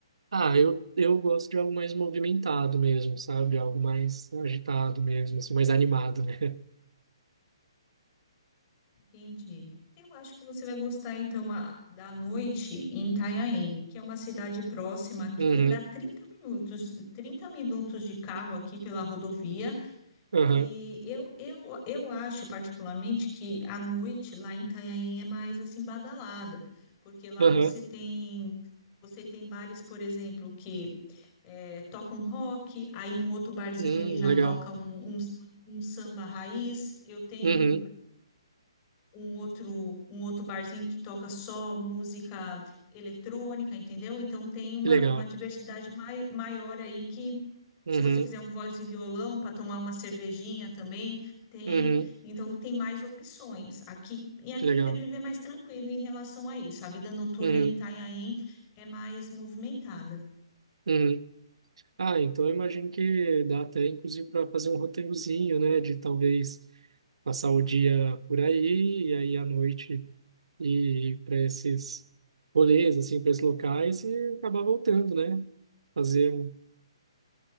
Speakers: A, on the right; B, on the left.
A: Ah, eu, eu gosto de algo mais movimentado mesmo, sabe? Algo mais agitado mesmo, assim, mais animado, né? <laughs>
B: Entendi. Eu acho que você vai gostar, então, a- da noite em Itanhaém, que é uma cidade próxima aqui,
A: Uhum,
B: dá 30 minutos, 30 minutos de carro aqui pela rodovia.
A: aham,
B: E eu, eu, eu acho, particularmente, que a noite lá em Itanhaém é mais, assim, badalada, porque lá você
A: aham,
B: tem... Você tem bares, por exemplo, que eh, tocam rock, aí um outro barzinho
A: hum,
B: ele já
A: legal.
B: toca um, um sam- um samba raiz. Eu tenho
A: Uhum,
B: um outro, um outro barzinho que toca só música eletrônica, entendeu? Então tem uma,
A: que legal.
B: uma diversidade mai, maior aí que,
A: Uhum,
B: se você quiser um voz e violão para tomar uma cervejinha também, tem.
A: uhum,
B: Então tem mais opções. Aqui, e aqui
A: que legal.
B: em Peruíbe é mais tranquilo em relação a isso. A vida noturna
A: Uhum,
B: em Itanhaém é mais movimentada.
A: uhum. Ah, então eu imagino que dá até, inclusive, para fazer um roteirozinho, né, de talvez passar o dia por aí e aí à noite ir para esses rolês, assim, para esses locais e acabar voltando, né? Fazer um.